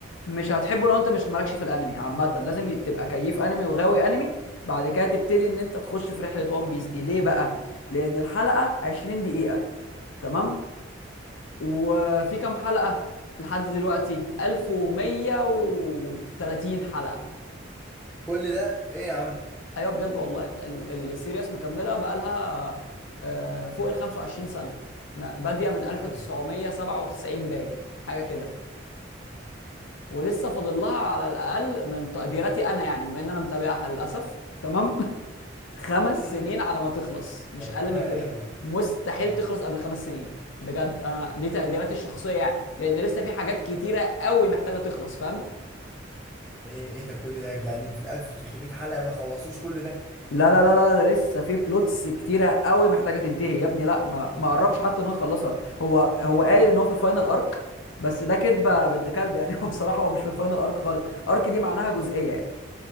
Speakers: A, on the left; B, in the centre.
A: مش هتحبه لو انت مش مالكش في الانمي عامه لازم يب- تبقى كيف انمي وغاوي انمي بعد كده تبتدي ان انت تخش في رحله وان بيس دي ليه بقى لان الحلقه 20 دقيقه تمام وفي كام حلقه لحد دلوقتي 1130 حلقه
B: كل ده ايه يا عم
A: ايوه بجد والله ال- ال- السيريس مكمله بقالها آه، فوق ال 25 سنه ما- باديه
B: كتير
A: من 1997
B: قوي
A: باين حاجه كده ولسه فاضل لها على الاقل من تقديراتي انا يعني بما ان انا متابعها للاسف تمام <laughs> خمس
B: مم.
A: سنين على ما تخلص مش
B: ربنا
A: اقل من
B: يعينك
A: كده مستحيل
B: اه
A: تخلص قبل خمس سنين بجد انا دي تقديراتي الشخصيه يعني لان لسه في حاجات كتيره قوي محتاجه تخلص فاهم
B: ايه ايه ده كل ده يعني في ال 1300 حلقه ما خلصوش كل ده
A: لا لا لا لا ده لسه في بلوتس كتيره قوي محتاجه تنتهي يا ابني لا ما ما قربش حتى ان هو يخلصها هو هو قايل ان هو في الفاينل ارك بس ده كدبه بنت كلب يعني <laughs> هو بصراحه هو مش في الفاينل ارك خالص ارك دي معناها جزئيه يعني